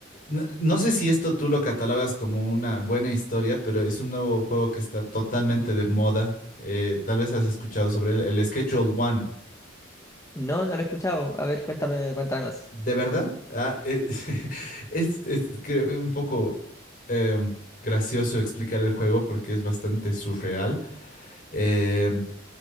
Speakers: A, on the left; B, on the left.
A: No, no sé si esto tú lo catalogas como una buena historia, pero es un nuevo juego que está totalmente de moda. Eh, tal vez has escuchado sobre él, el Schedule One.
B: No, no lo he escuchado. A ver, cuéntame, cuéntame más.
A: ¿De verdad? Ah, eh, <laughs> es, es creo, un poco em, gracioso explicar el juego porque es bastante surreal. Em,